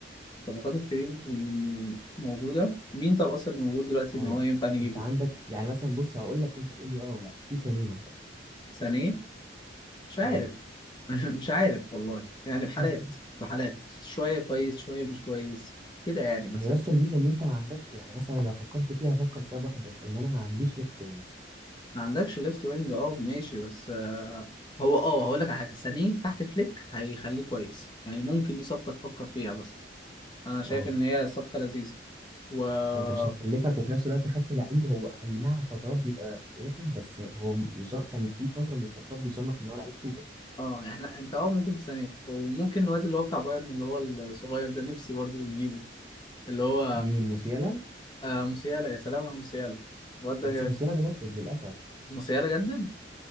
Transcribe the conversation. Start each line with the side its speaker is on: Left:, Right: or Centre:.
Left: طبقات الفريق موجوده مين طب اصلا موجود دلوقتي
Right: أه
Left: ان هو
Right: يعني
Left: ينفع نجيبه
Right: أنت عندك يعني مثلا بص هقول لك وأنت تقول لي أه ولا لأ. في سانيه مثلا
Left: سانيه مش عارف
Right: أه
Left: <laughs> مش عارف والله يعني بحالات
Right: <laughs>
Left: بحالات شوية كويس شوية مش كويس كده يعني مثلا
Right: هي بس الميزه ان انت ما عندكش يعني مثلا لو فكرت فيها فكر في سبب واحد بس ان انا ما عنديش ليفت وينج
Left: ما عندكش ليفت وينج اه ماشي بس آه هو اه هقول لك على حاجة سانيه تحت فليك هيخليه كويس يعني ممكن دي صفقة تفكر فيها مثلا انا شايف
Right: اه
Left: ان هي صفقة لذيذة و اه
Right: انت مش هتكلفك وفي نفس الوقت خدت لعيب هو اي نعم فترات بيبقى وحش بس هو يصنف كان في فتره من الفترات بيصنف ان هو لعيب سوبر
Left: آه، احنا انت اه ممكن سانيه وممكن الواد اللي هو بتاع بايرن اللي هو الصغير ده نفسي برضه نجيبه اللي هو
Right: مين موسيالا
Left: آه موسيالا يا سلام يا موسيالا الواد ده
Right: بس موسيالا ده جدد للاسف
Left: موسيالا جدد